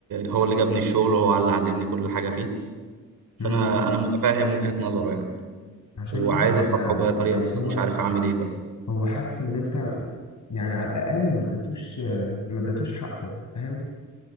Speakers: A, on the right; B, on the left.
A: هو اللي جابني الشغل وهو اللي علمني كل حاجة فيه فأنا
B: مم.
A: أنا متفاهم وجهة نظره يعني
B: عشان
A: وعايز
B: كده هو
A: أصلحه
B: زعل
A: بأي طريقة
B: يعني
A: بس
B: هو
A: مش عارف أعمل إيه بقى
B: هو حس ان انت يعني على الاقل ما اديتوش ما اديتوش حقه فاهم